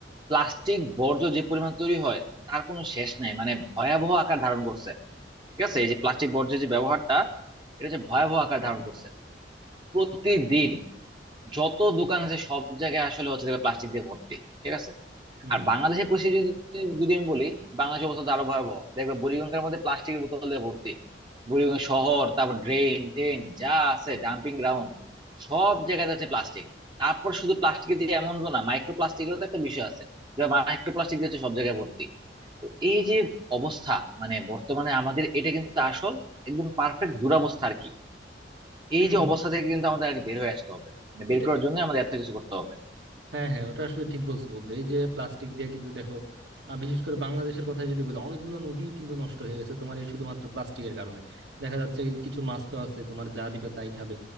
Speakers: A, on the right (about 25°); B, on the right (about 75°).
A: প্লাস্টিক বর্জ্য যে পরিমাণ তৈরি হয় তার কোনো শেষ নাই মানে ভয়াবহ আকার ধারণ করছে ঠিক আছে এই যে প্লাস্টিক বর্জ্যের যে ব্যবহারটা এটা যে ভয়াবহ আকার ধারণ করছে প্রতিদিন যত দোকান আছে সব জায়গায় আসলে হচ্ছে প্লাস্টিক দিয়ে ভর্তি ঠিক আছে
B: হুম
A: আর বাংলাদেশের পরিস্থিতি যদি যদি আমি বলি বাংলাদেশের অবস্থা তো আরো ভয়াবহ দেখবে বুড়িগঙ্গার মধ্যে প্লাস্টিকের বোতলে ভর্তি বুড়িগঙ্গা শহর তারপর ড্রেন টেন যা আছে ডাম্পিং গ্রাউন্ড সব জায়গায় আছে প্লাস্টিক তারপর শুধু প্লাস্টিকের যে এমন তো না মাইক্রো প্লাস্টিকেরও তো একটা বিষয় আছে মাইক্রো প্লাস্টিক দিয়ে হচ্ছে সব জায়গায় ভর্তি তো এই যে অবস্থা মানে বর্তমানে আমাদের এটা কিন্তু আসল একদম পারফেক্ট দুরবস্থা আর কি এই
B: হুম
A: যে
B: হুম।
A: অবস্থা থেকে কিন্তু আমাদের আর কি বের হয়ে আসতে হবে মানে বের
B: এটা
A: করার জন্য আমাদের এত কিছু করতে হবে
B: হ্যাঁ হ্যাঁ ওটা আসলে ঠিক বলছো বন্ধু এই যে প্লাস্টিক দিয়ে কিন্তু দেখো আহ, বিশেষ করে বাংলাদেশের কথা যদি বলি অনেকগুলো নদী কিন্তু নষ্ট হয়ে গেছে তোমার এই শুধুমাত্র প্লাস্টিকের কারণে দেখা যাচ্ছে কিছু মাছ তো আছে তোমার যা দিবে তাই খাবে